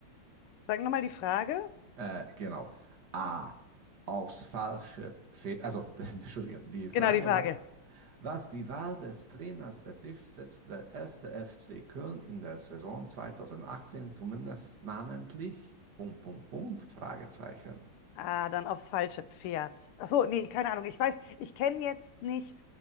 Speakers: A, on the left; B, on the right.
A: Sag nochmal die Frage.
B: Äh, genau. A. Aufs falsche Pferd. Also, <laughs> Entschuldigung, die Frage
A: Genau, die Frage.
B: war, was die Wahl des Trainers betrifft, setzt der erste FC Köln in der Saison 2018 zumindest namentlich Punkt, Punkt, Punkt, Fragezeichen.
A: Ah, dann aufs falsche Pferd. Ach so, nee, keine Ahnung. Ich weiß, ich kenne jetzt nicht,